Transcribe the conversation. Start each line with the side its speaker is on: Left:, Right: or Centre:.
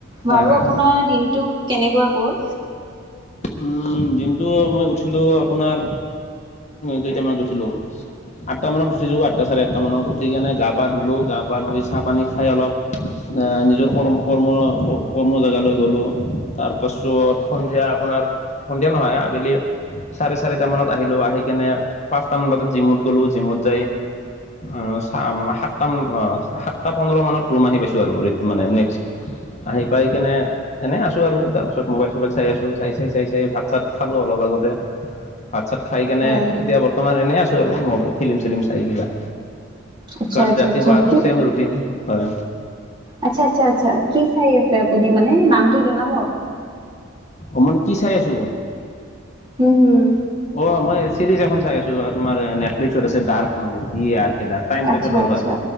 Left: হয়
Right: বাৰু
Left: হয়
Right: আপোনাৰ
Left: হয়
Right: দিনটো কেনেকুৱা গ'ল
Left: উম দিনটো মই উঠিলো আপোনাৰ কেইটামানত উঠিলো আঠটা মানত উঠিছো আঠটা চাৰে আঠটা মানত উঠি কিনে গা পা ধুলো গা পা ধুই চাহ পানী খাই অলপ এ নিজৰ কৰ্ম কৰ্ম কৰ্ম জেগালৈ গলো তাৰ পাছত সন্ধিয়া আপোনাৰ সন্ধিয়া নহয় আবেলি চাৰে চাৰিটা মানত আহিলো আহি কেনে পাঁচটা মান বজাত জিমত গ'লো জিমত যাই অ চাম সাতটান সাতটা পোন্ধৰ মানত ৰুম আহি পাইছো আৰু মানে নেক্সট আহি পাই কেনে এনেই আছো আৰু তাৰ পিছত মোবাইল চবাইল চাই আছো চাই চাই চাই চাই ভাত চাত খালোঁ অলপ আগতে ভাত চাত খাই কেনে
Right: উম
Left: এতিয়া বৰ্ত বৰ্তমান এনেই আছো আৰু ম ফিলিম চিলিম চাই কিবা
Right: আচ্ছা
Left: কালি
Right: আচ্ছা
Left: ৰাতিপুৱা
Right: আচ্ছা
Left: আৰু
Right: কি
Left: সেম ৰুটিন হয়
Right: আচ্ছা আচ্ছা আচ্ছা কি চাই আছে আপুনি মানে নামটো জনাব?
Left: সমন কি চাই আছোঁ
Right: উম হুম
Left: অ মই চিৰিজ এখন চাই আছো আৰু তোমাৰ নেট লফ্লিক্সত আছে ডাৰ্ক নামক ডি এ আৰৰ্ক ডাৰ্ক টাইমটোভোলৰ
Right: আচ্ছা আচ্ছা
Left: হয়